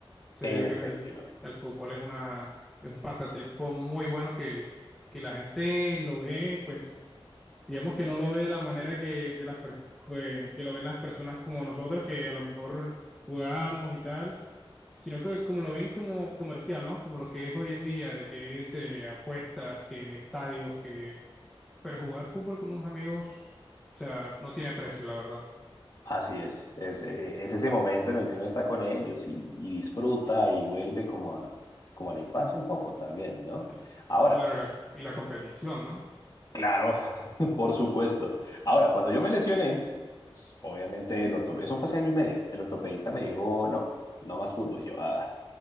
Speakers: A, in the centre; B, on the left (about 40°).
A: Entonces,
B: Efectivamente.
A: digo que el, f- el fútbol es una, es un pasatiempo muy bueno que, que la gente lo ve pues digamos que no lo ve de la manera que, de las pers- que, que lo ven las personas como nosotros, que a lo mejor jugamos y tal, sino que como lo ven como comercial, ¿no? Como lo que es hoy en día, de que es eh, apuestas, que estadios, que... Pero jugar fútbol con unos amigos, o sea, no tiene precio, la verdad.
B: Así es, es, eh, es ese momento en el que uno está con ellos y, y disfruta y vuelve como a, como a la infancia un poco también, ¿no?
A: Cl-
B: Ahora.
A: Claro, y la, y la competición, ¿no?
B: Claro, <laughs> por supuesto. Ahora, cuando yo me lesioné, pues, obviamente el ortopedista, eso fue hace año y medio, el ortopedista me dijo, no, no más fútbol. Y yo, ah.